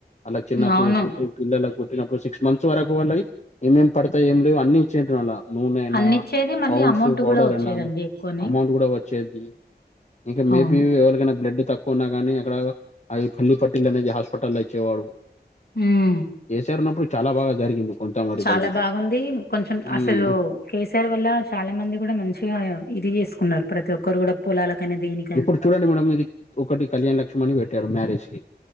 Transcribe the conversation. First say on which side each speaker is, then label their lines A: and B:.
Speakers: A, on the left; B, on the left.
A: అలా చిన్నపిల్లల్
B: అవును.
A: పుట్టి పిల్లలకు పుట్టినప్పుడు సిక్స్ మంత్స్ వరకు వాళ్ళయ్ ఏమేం పడ్తాయ్ ఏం లేవు అన్ని ఇచ్చిన్రు అండ్ల నూనైనా
B: అన్నిచ్చేది మళ్ళీ
A: పౌండ్స్
B: అమౌంట్
A: పౌడర్
B: కూడా వచ్చేదండి
A: అయిన
B: ఎక్కువనే.
A: అమౌంట్ కూడా వచ్ వచ్చేది ఇంకా మేబి
B: అవును.
A: ఎవరికైనా బ్లడ్ తక్ కొన్నా గాని అక్కడ అయ్ పల్లి పట్టిలనేవి హాస్పిటల ఇచ్చేవాడు
B: హ్మ్
A: కె సి ఆర్ ఉన్నపుడు చాలా బాగా జరిగింది కొంత మటుకు
B: చాలా
A: అయితే
B: బాగుంది కొంచెం
A: ఉమ్
B: అసలు కే సీ ఆర్ వల్ల చాలా మంది కూడా మంచిగా ఇది చేసుకున్నారు ప్రతి ఒక్కరు కూడా పొలాలకనే దేనిక్
A: ఇప్పుడు చూడండి మేడమ్ ఇది ఒకటి కళ్యాణ్ లక్ష్మి అని పెట్టారు మ్యారేజ్ కి